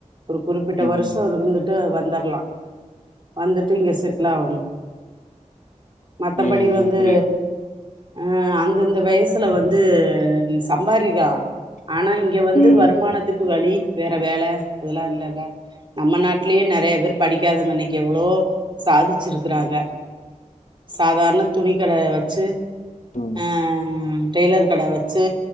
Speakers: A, on the right; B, on the left.
A: ஒரு குறிப்பிட்ட
B: ம்
A: வருஷோ இருந்துட்டு அது வந் தர்லா வந்துட்டு இங்க செட்லாகணு மத்தபடி
B: ம்
A: வந்து
B: புரியுது
A: ஆ அந்தந்த வயசுல வந்து ம் சம்பாரிக்கலா ஆனா இங்க வந்து
B: புரியுது
A: வருமானத்துக்கு வழி வேற வேல அதெல்லா இல்ல இல்ல. நம்ம நாட்லயே நெறைய பேர் படிக்காதங்க இன்னக்கி எவ்வளவோ சாதிச்சிருக்கறாங்க. சாதாரண துணி கட வச்சு
B: ம்
A: ஆ டெய்லர் கட வச்சு